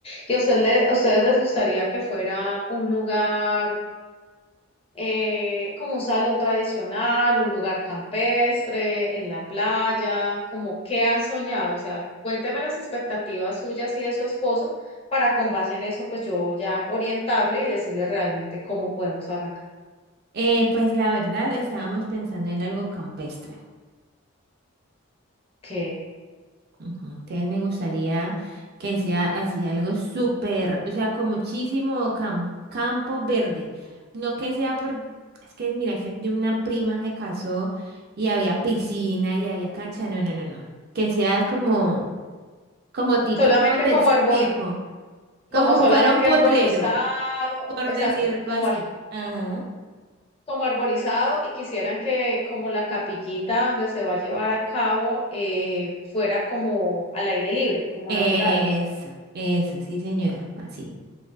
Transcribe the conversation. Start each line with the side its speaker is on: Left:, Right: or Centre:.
Left: ¿Y a usted le- a ustedes les gustaría que fuera un lugar eh, como un salón tradicional, un lugar campestre, en la playa? ¿Como qué han soñado? O sea, cuénteme las expectativas suyas y de su esposo para con base en eso, pues yo ya orientarle y decirle realmente cómo podemos arrancar.
Right: Eh, pues la verdad estábamos pensando en algo campestre.
Left: Ok.
Right: Ujú. Entonces me gustaría que sea así algo súper, o sea, con muchísimo cam- campo verde. No que sea por, es que mira que de una prima se casó y había piscina y había cancha. No, no, no, no. Que sea como, como tipo,
Left: solamente
Right: ¿cómo te
Left: como
Right: explico?
Left: arbori,
Right: Como
Left: como solamente
Right: si fuera un potrero,
Left: arborizado,
Right: por
Left: exacto,
Right: decirlo
Left: como,
Right: así.
Left: ar-
Right: Ajá.
Left: como arborizado y quisieran que como la capillita donde se va a llevar a cabo eh, fuera como al aire libre, como
Right: Eso,
Left: natural.
Right: eso, sí, señora, así.